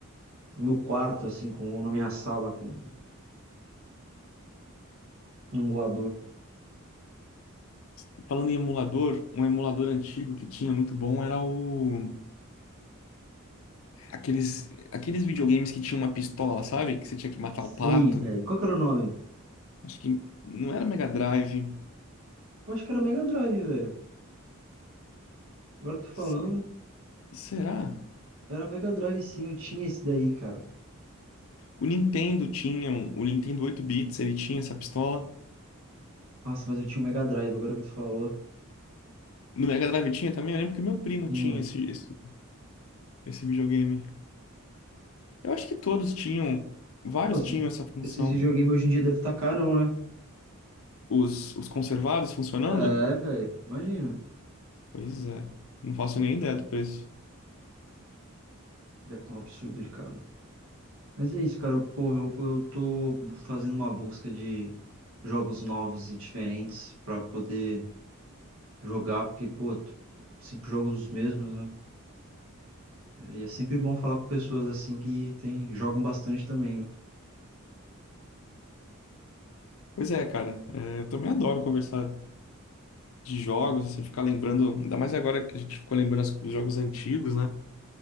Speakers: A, on the right (about 70°); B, on the left (about 70°).
A: no meu quarto, assim, com, ou na minha sala, com um emulador.
B: E Falando em emulador, um emulador antigo que tinha muito bom era o aqueles aqueles videogames que tinha uma pistola, sabe? Que você tinha que matar
A: Sei,
B: o pato.
A: velho. Qual que era o nome?
B: Acho que não era Mega Drive.
A: Eu acho que era Mega Drive, velho. Agora eu tô falando.
B: Se- Será?
A: Era Mega Drive, sim. Eu tinha esse daí, cara.
B: O Nintendo tinha, um- o Nintendo 8 bits, ele tinha essa pistola.
A: Nossa, mas eu tinha um Mega Drive, agora que tu falou.
B: No Mega Drive tinha também? Eu lembro que meu primo
A: Tinha.
B: tinha esse, esse, esse videogame. Eu acho que todos tinham, vários
A: Pô, esses,
B: tinham essa função.
A: esses videogames hoje em dia devem estar carão, né?
B: Os, os conservados funcionando?
A: É, velho. Imagina.
B: Pois é, não faço nem ideia do preço.
A: Deve estar um absurdo de caro. Mas é isso, cara. Porra, eu, eu tô fazendo uma busca de jogos novos e diferentes pra poder jogar, porque, pô, t- sempre jogos os mesmos, né? E é sempre bom falar com pessoas assim que tem, jogam bastante também, né?
B: Pois é, cara, é, eu também adoro conversar de jogos, assim, ficar lembrando, ainda mais agora que a gente ficou lembrando as- os jogos antigos, né?